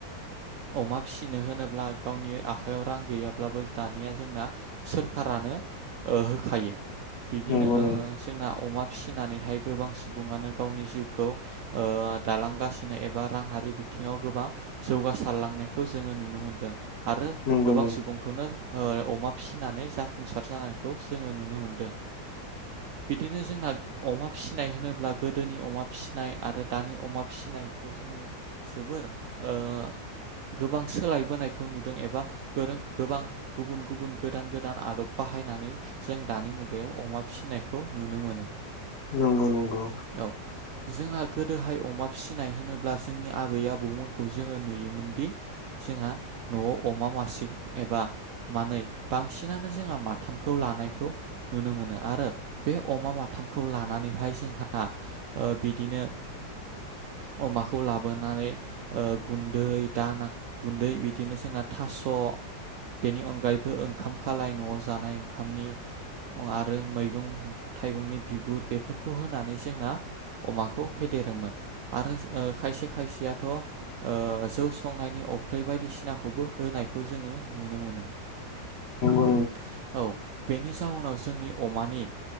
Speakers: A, on the right; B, on the left.
A: अमा फिसिनो होनोब्ला गावनि आखायाव रां गैयाब्लाबो दानिया जोंना सोरखारानो होखायो। बिदिनो
B: नंगौ नंगौ
A: जोंना अमा फिसिनानैहाय गोबां सुबुङानो गावनि जिउखौ दालांगासिनो एबा रां हारि बिथिङाव गोबां जौगासारलांनायखौ जोङो नुनो मोनदों आरो।
B: नंगौ
A: गोबां
B: नंगौ
A: सुबुंखौनो अमा फिसिनानै जाफुंसार जानायखौ जोङो नुनो मोनदों। बिदिनो जोंना अमा फिसिनाय होनोब्ला गोदोनि अमा फिसिनाय आरो दानि अमा फिसिनायखौ जोङो जोबोर ओ गोबां सोलायबोनायखौ नुदों एबा गोबां गुबुन गुबुन गोदान गोदान आदब बाहायनानै जों दानि मुगायाव अमा फिसिनायखौ नुनो मोनो।
B: नंगौ नंगौ।
A: औ जोंहा गोदोहाय अमा फिसिनाय होनोब्ला जोंनि आबै आबौमोन खौ जोङो नुयोमोनदि जोंहा न'आव अमा मासे एबा मानै बांसिनानो जोंहा माथामखौ लानायखौ नुनो मोनो आरो बे अमा माथामखौ लानानैहाय जोंहा। बिदिनो अमाखौ लाबोनानै गुन्दै दाना गुन्दै बिदिनो जोंना थास' बेनि अनगायैबो ओंखाम खालाय न'आव जानाय ओंखामनि आरो मैगं थाइगंनि बिगुर बेफोरखौ होनानै जोंना अमाखौ फेदेरोमोन आरो ओ खायसे खायसेयाथ' जौ संनायनि अफ्रि बायदिसिनाखौबो होनायखौ जोङो नुनो मोनो <inaudible>
B: नंगौ
A: औ बेनि जाउनाव जोंनि अमानि